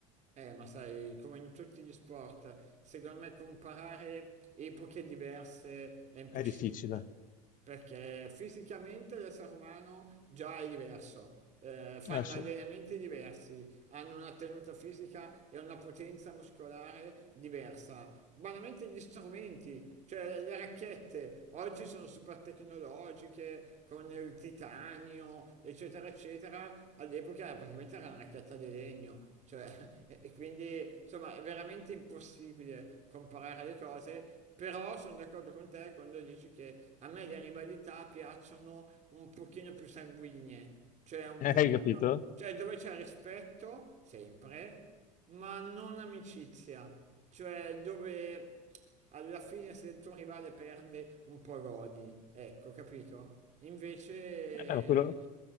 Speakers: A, on the right; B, on the left.
A: Eh, ma sai, come in tutti gli sport, secondo me comparare epoche diverse è impossibile.
B: È difficile.
A: perché fisicamente l'essere umano già è diverso, eh, fanno
B: Eh, sì.
A: allenamenti
B: Eh,
A: diversi, hanno una tenuta fisica e una potenza muscolare diversa. Banalmente gli strumenti, cioè le racchette, oggi sono super tecnologiche, con il titanio, eccetera, eccetera, all'epoca praticamente era una racchetta di legno. Cioè, <laughs> e e quindi insomma è veramente impossibile comparare le cose però sono d'accordo con te quando dici che a me le rivalità piacciono un pochino più sanguigne, cioè un pochino,
B: hai capito?
A: cioè dove c'è rispetto, sempre, ma non amicizia, cioè dove alla fine se il tuo rivale perde un po' godi, ecco, capito? Invece
B: Eh, no, quello-